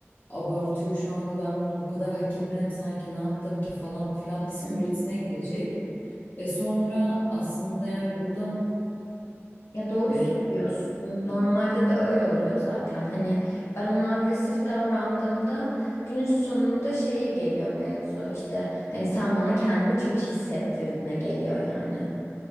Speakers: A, on the left; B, on the left.
A: abartıyor şu anda ben bunu bu kadar hak etmedim sanki ne yaptım ki falan filan psikolojisine
B: Hı.
A: girecek. E sonra aslında yani burada
B: Ya doğru
A: e,
B: söylüyorsun. Normalde de öyle oluyor zaten. Hani ben ona agresif davrandığımda günün sonunda şeye geliyor mevzu. İşte hani sen bana kendimi kötü hissettirdiğine geliyor yani.